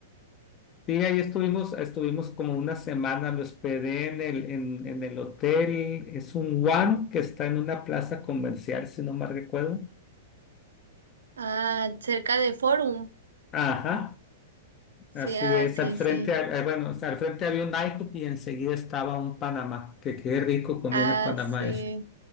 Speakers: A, on the left; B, on the right.
A: Sí, ahí estuvimos, estuvimos como una semana, me hospedé en el, en, en el hotel, es un One que está en una plaza comercial, si no mal recuerdo.
B: Ah, cerca de Forum.
A: Ajá,
B: Sí,
A: así
B: ah,
A: es,
B: sí,
A: al frente,
B: sí.
A: ha- eh, bueno, o sea, al frente había un IHOP y enseguida estaba un Panamá, que qué rico comía
B: Ah,
A: en el Panamá
B: sí.
A: ese.